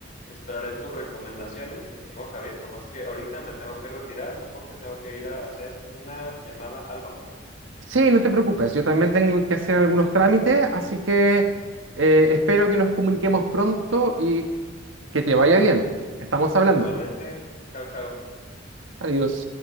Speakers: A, on the left (about 45°); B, on the right (about 85°).
A: esperaré tus recomendaciones, mi estimado Javier. Nomás que ahorita me tengo que retirar porque tengo que ir a hacer una llamada al banco.
B: Sí, no te preocupes, yo también tengo que hacer algunos trámites, así que eh, espero que nos comuniquemos pronto y que te vaya bien. Estamos hablando.
A: Igualmente, chao, chao.
B: Adiós.